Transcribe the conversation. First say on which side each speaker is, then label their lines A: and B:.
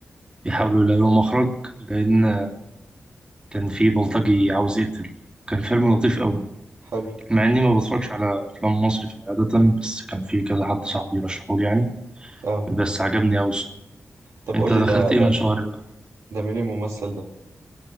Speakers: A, on the right; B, on the right.
A: بيحاولوا
B: اه
A: يلاقوا له مخرج لأن كان في بلطجي عاوز يقتله كان فيلم لطيف قوي
B: حلو
A: مع إني ما بتفرجش على أفلام مصري في العادة بس كان في كذا حد صاحبي رشحولي يعني
B: اه
A: بس عجبني قوي الصراحة
B: طب
A: أنت
B: قول
A: دخلت
B: لي ده
A: إيه
B: ده
A: من شهر بقى؟
B: ده مين الممثل ده